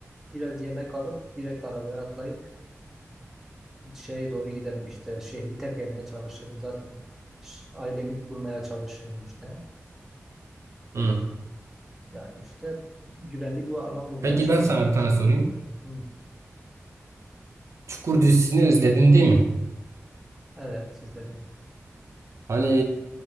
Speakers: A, in the centre; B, on the right.
A: Biraz yemek alıp direkt arabaya atlayıp şeye doğru giderim işte. Şehri terk etmeye çalışırım zaten. Ş- Ailemi bulmaya çalışırım işte.
B: Hı.
A: Yani işte güvenli bir alan bulmaya
B: Peki
A: çalışırım
B: ben sana bir
A: aslında.
B: tane sorayım.
A: Hı,
B: Çukur dizisini izledin değil mi?
A: evet siz dediniz.
B: Hani